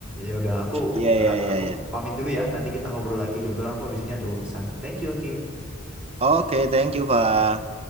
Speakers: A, in the centre; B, on the right.
A: Ya udah aku
B: Iya
A: nah,
B: iya iya
A: aku
B: iya.
A: pamit dulu ya. Nanti kita ngobrol lagi. Kebetulan aku habis ini ada urusan. Thank you, Gif.
B: Oke, thank you, Fa.